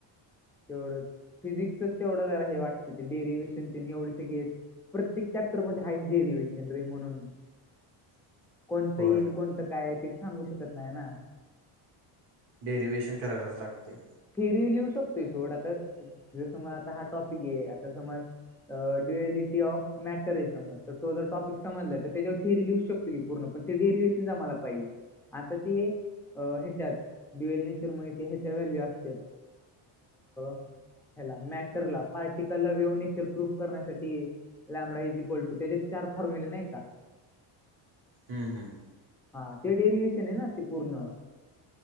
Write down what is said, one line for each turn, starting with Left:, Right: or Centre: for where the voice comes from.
Centre: तेवढंच फिजिक्सच तेवढं जरा हे वाटतं ते डेरिवे्शन ते एवढे सग प्रत्येक चॅप्टर मध्ये हायस्ट डेरिवेशनरी म्हणून
Right: <inaudible>
Centre: कोणतं
Right: होय
Centre: येईल कोणतं काय आहे ते सांगू शकत नाही ना
Right: डेरिवे्हेशन करावच लागते.
Centre: फेरी लिहू शकतोय शोट आता जस म आता हा टॉपिक आहे आता समज ड्युएलिटी ऑफ मॅटर आहे समज. तर तो जर टॉपिक समजला तर त्याच्या थअरी लिहूको की पूर्ण ते डेरिवेएशन जामाला पाहिजे. आता ती अ ह्याच्यात दिवेलनेशर माग ह्याच्या व्हॅल्यू अस <unintelligible> ह्याला मॅटर ला पार्टिकल ला व्यऊन तर प्रूफ करण्यासाठी. आंबा इझी कोलतू त्याच्यात चार फॉर्म्युले नाही का.
Right: हम्म हम्.
Centre: हा ते डेरिवेएशन आहे ना ते पूर्ण.